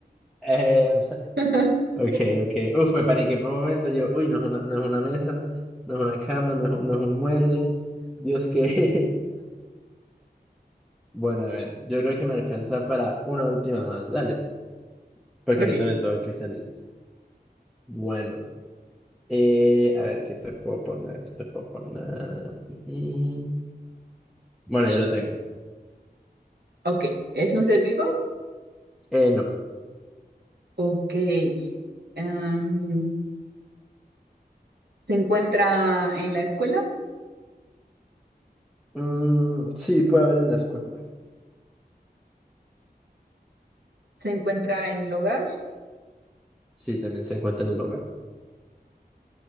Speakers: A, in the centre; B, on the right (about 75°).
A: Eh, <laughs>
B: <laughs>
A: ok, ok. Uf, me paniqué por un momento. Yo, uy, no es una, no es una mesa, no es una cama, no es, un- no es un mueble. Dios, que... <laughs> Bueno, a ver, yo creo que me alcanza para una última más. Dale, porque
B: Ok,
A: ahorita me tengo que salir. Bueno, eh, a ver, ¿qué te puedo poner? ¿Qué te puedo poner? Mm, bueno, ya lo tengo.
B: ok. ¿Es un ser vivo?
A: Eh, no.
B: Ok. Em, ¿se encuentra en la escuela?
A: Mm, sí, puede haber en la escuela.
B: ¿Se encuentra en el hogar?
A: Sí, también se encuentra en el hogar.